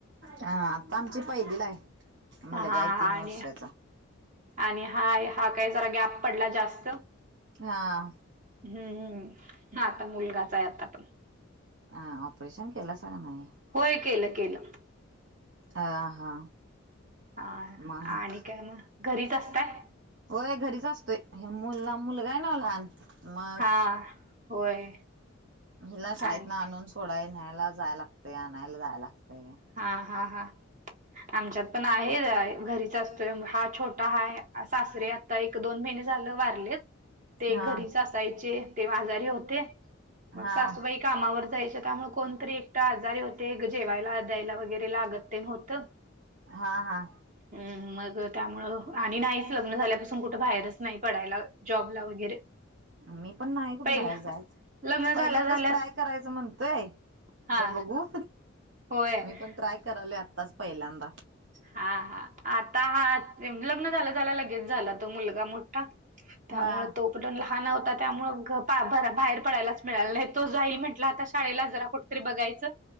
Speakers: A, on the right; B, on the right.
A: हा आता आमची पहिली ला आहे मुलगा
B: हा हा
A: य
B: हा,
A: तीन
B: आणि
A: वर्षाचा.
B: आणि हाय हा काय जरा गॅप पडला जास्त.
A: हा.
B: हम्म, हा आता मुलगाचा आहे आता पण.
A: आ ऑपरेशन केलं सा का नाही?
B: होय केलं केलं.
A: अ हा.
B: हा
A: मग
B: आणि काय मग घरीच असताय.
A: होय घरीच असतोय हे मुलला मुलगा आहे नव लहान. मग
B: हा होय.
A: हिला शाळेत
B: आणि
A: न आणून सोडाय न्यायला जाय लागतय आणायला जाय लागतय.
B: हा हा हा. आमच्यात पण आहे घरीच असतोय हा छोटा आहे सासरी ताई एक दोन महिने झालं वारलेत. ते
A: हा
B: घरीच असायचे ते आजारीे होते मग
A: हा
B: सासूबाई कामावर जायचे त्यामुळे कोणतरी एक तर आजारी होते जेवायला द्यायला वगैरे लागत ते न होत.
A: हा हा.
B: हम् मग त्यामुळ आणि नाहीच लग्न झाल्यापासून कुठ बाहेरच नाही पडायला जॉबला वगैरे. <inaudible>
A: मी पण नाही कुठ
B: पहिला
A: बाहेर जायच.
B: लग्न झाल्या
A: पहिल्यांदाच
B: झाल्यास
A: ट्राय करायचं म्हणतोय
B: हा
A: तर बघू.
B: होय.
A: मी पण ट्राय करालोय आत्ताच पहिल्यांदा.
B: हा हा, आता हा लग्न झाल्या-झाल्या लगेच झाला तो मुलगा मोठा. त्यामुळ
A: हा
B: तो पलटून लहान होता, त्यामुळं बाहेर पडायलाच मिळालं नाही तो जाई म्हण आता शाळेला जरा कुठतरी बघायचं.